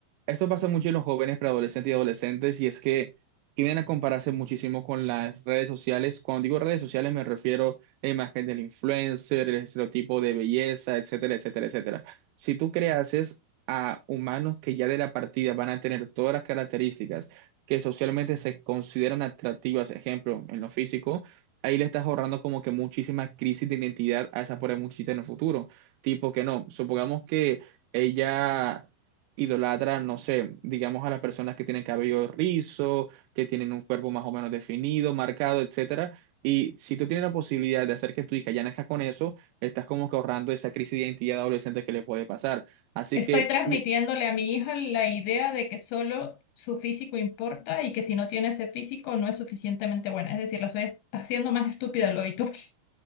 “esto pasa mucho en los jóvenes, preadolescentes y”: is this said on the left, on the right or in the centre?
Right